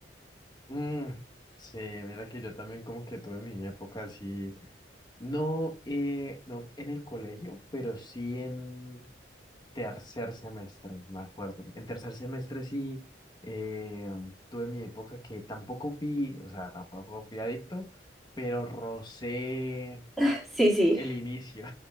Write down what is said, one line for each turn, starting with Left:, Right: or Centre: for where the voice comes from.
Left: Mm, sí, mira que yo también como que tuve mi época así No, eh, no en el colegio, pero sí en tercer semestre, me acuerdo. En tercer semestre sí eh, tuve mi época que tampoco fui, o sea, tampoco fui adicto, pero rocé
Centre: <laughs> Sí, sí.
Left: el inicio.